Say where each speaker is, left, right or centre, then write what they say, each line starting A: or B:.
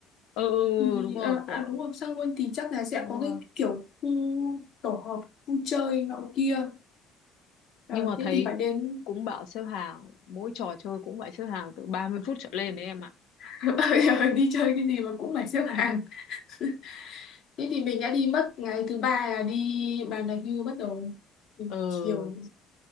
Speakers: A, on the left (about 75°); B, on the left (about 60°).
A: ừ ừ, ừ,
B: thì
A: ừ, đúng rồi
B: ờ,
A: của
B: à đúng rồi Sangwon thì chắc là
A: Sun
B: sẽ có
A: World
B: cái kiểu khu tổ hợp khu chơi nọ kia Ờ,
A: nhưng mà
B: thế
A: thấy
B: thì phải đến
A: cũng bảo xếp hàng mỗi trò chơi cũng phải xếp hàng từ 30 phút trở lên đấy em ạ
B: <laughs> Bây giờ đi chơi cái gì mà cũng phải xếp hàng <laughs> thế thì mình đã đi mất ngày thứ ba là đi bàn đạp hưu bắt đầu từ
A: ừ
B: chiều